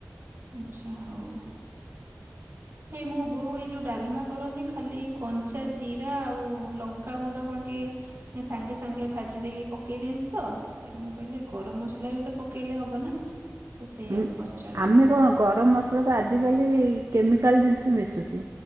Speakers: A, on the right; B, on the right.
A: ଆଛା ହଉ। ଏଇ ମୋ ବୋଉ ଏଇ ଯୋଉ ଡାଲମା କରନ୍ତି ଖାଲି କଞ୍ଚା ଜିରା ଆଉ ଲଙ୍କାଗୁଣ୍ଡ କଣ ଟିକେ ସାଙ୍ଗେ ସାଙ୍ଗେ ଭାଜି ଦେଇକି ପକେଇ ଦିଅନ୍ତି ତ ମୁଁ କହିଲି ଗରମ ମସଲା ବି ତ ପକେଇଲେ ହବ ନା ସେଇୟା
B: ହୁଁ,
A: ମୁଁ ପଚାରୁଥିଲି।
B: ଆମେ କଣ ଗରମ ମସଲାରେ ଆଜିକାଲି କେମିକାଲ ଜିନିଷ ମିଶୁଛି